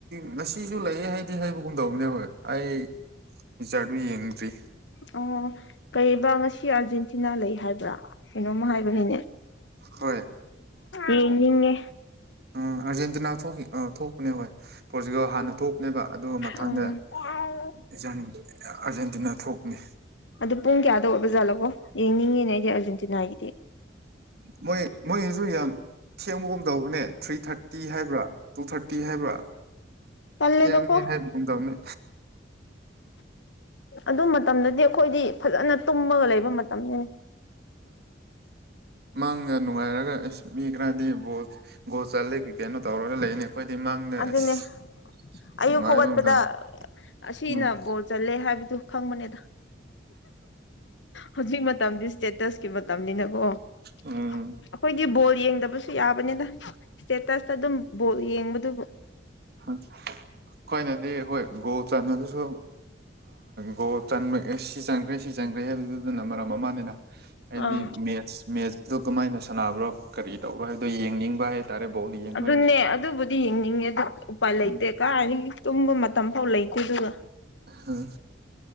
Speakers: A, on the right; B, on the left.
A: ꯉꯁꯤꯁꯨ ꯂꯩꯑꯦ ꯍꯥꯏꯗꯤ ꯍꯥꯏꯕꯒꯨꯝꯗꯧꯕꯅꯦ ꯍꯣꯏ ꯑꯩ ꯄꯤꯆꯔꯗꯨ ꯌꯦꯡꯗ꯭ꯔꯤ
B: ꯑꯣ ꯀꯩꯕꯥ ꯉꯁꯤ ꯁꯤ ꯑꯥꯔꯖꯦꯟꯇꯤꯅꯥ ꯂꯩ ꯍꯥꯏꯕ꯭ꯔꯥ ꯀꯩꯅꯣꯝꯃ ꯍꯥꯏꯕꯅꯤꯅꯦ
A: ꯍꯣꯏ
B: ꯌꯦꯡꯅꯤꯡꯉꯦ
A: ꯑ ꯑꯥꯔꯖꯦꯟꯇꯤꯅꯥ ꯊꯣꯛꯈꯤ ꯑ ꯊꯣꯛꯄꯅꯦ ꯍꯣꯏ ꯄꯣꯠꯁꯤꯀꯣ ꯍꯥꯟꯅ ꯊꯣꯛꯅꯦꯕ ꯑꯗꯨ ꯃꯊꯪꯗ
B: ꯑꯥ
A: ꯑꯥꯔꯖꯦꯟꯇꯤꯅꯥ ꯊꯣꯛꯄꯅꯤ
B: ꯑꯗꯨ ꯄꯨꯡ ꯀꯌꯥꯗ ꯑꯣꯏꯕ ꯖꯥꯠꯂꯀꯣ ꯌꯦꯡꯅꯤꯡꯉꯦꯅꯦ ꯑꯩꯗꯤ ꯑꯔꯖꯦꯟꯇꯤꯅꯥꯒꯤꯗꯤ
A: ꯃꯣꯏ ꯃꯣꯏ ꯍꯖꯨ ꯍꯌꯥꯡ ꯁꯦꯡꯕꯒꯨꯝ ꯇꯧꯕꯅꯦ ꯊ꯭ꯔꯤ ꯊꯥꯔꯇꯤ ꯍꯥꯏꯕ꯭ꯔꯥ ꯇꯨ ꯊꯥꯔꯇꯤ ꯍꯥꯏꯕ꯭ꯔꯥ
B: ꯇꯜꯂꯦꯗꯀꯣ
A: ꯍꯅꯤ ꯍꯥꯏꯕꯒꯨꯝ ꯇꯧꯅꯤ
B: ꯑꯗꯨ ꯃꯇꯝꯗꯗꯤ ꯑꯩꯈꯣꯏꯗꯤ ꯐꯖꯅ ꯇꯨꯝꯃꯒ ꯂꯩꯕ ꯃꯇꯝꯅꯤꯅꯦ
A: ꯃꯪꯅ ꯅꯨꯡꯉꯥꯏꯔꯒ ꯑꯦꯁ ꯃꯤ ꯈꯔꯗꯤ ꯕꯣꯜ ꯒꯣꯜ ꯆꯠꯂꯦ ꯀ꯭ꯔꯤꯀꯦꯩꯅꯣ ꯇꯧꯔꯒ ꯂꯩꯅꯦ ꯑꯩꯈꯣꯏꯗꯩ ꯃꯥꯡꯅ
B: ꯑꯗꯨꯅꯦ
A: ꯑꯁ
B: ꯑꯌꯨꯛ
A: ꯅꯨꯡꯉꯥꯏꯕ
B: ꯍꯧꯒꯠꯄꯗ
A: ꯃꯇꯝꯅꯤ
B: ꯑꯁꯤꯅ
A: ꯎꯝ
B: ꯕꯣꯜ ꯆꯜꯂꯦ ꯍꯥꯏꯕꯗꯨ ꯈꯪꯕꯅꯦꯗ ꯍꯧꯖꯤꯛ ꯃꯇꯝꯗꯤ ꯏꯁꯇꯦꯇꯁꯀꯤ ꯃꯇꯝꯅꯤꯅ ꯑꯣ ꯑꯩꯈꯣꯏꯒꯤ
A: ꯎꯝ
B: ꯕꯣꯜ ꯌꯦꯡꯗꯕꯁꯨ ꯌꯥꯕꯅꯤꯅ ꯏꯁꯇꯦꯇꯁꯇ ꯑꯗꯨꯝ ꯌꯦꯡꯕꯗꯨ
A: ꯑꯩꯈꯣꯏꯅꯗꯤ ꯍꯣꯏ ꯒꯣ ꯆꯟꯕꯗꯨꯁꯨ ꯒꯣ ꯁꯤ ꯆꯪꯈ꯭ꯔꯦ ꯁꯤ ꯆꯪꯈ꯭ꯔꯦ ꯍꯥꯏꯕꯗꯨꯗꯨꯅ ꯃꯔꯝ ꯑꯃꯅꯤꯅ ꯍꯥꯏꯕꯗꯤ
B: ꯑꯥ
A: ꯃꯦꯠꯁ ꯃꯦꯠꯁꯇꯨ ꯀꯃꯥꯏꯅ ꯁꯥꯟꯅꯕ꯭ꯔꯣ ꯀꯔꯤ ꯇꯧꯔꯣ ꯍꯥꯏꯕꯗꯣ ꯌꯦꯡꯅꯤꯡꯕ ꯍꯥꯏꯇꯥꯔꯦ ꯕꯣꯜ ꯌꯦꯡꯕ
B: ꯑꯗꯨꯅꯦ
A: ꯍꯥꯏꯁꯦ
B: ꯑꯗꯨꯕꯨꯗꯤ ꯌꯦꯡꯅꯤꯡꯉꯦ ꯑꯗꯨ ꯎꯄꯥꯏ ꯂꯩꯇꯦ
A: ꯎꯝ
B: ꯀꯥꯏꯔꯤ ꯇꯨꯝꯕ ꯃꯇꯝ ꯐꯥꯎ ꯂꯩꯀꯣ ꯑꯗꯨꯒ
A: ꯎꯝ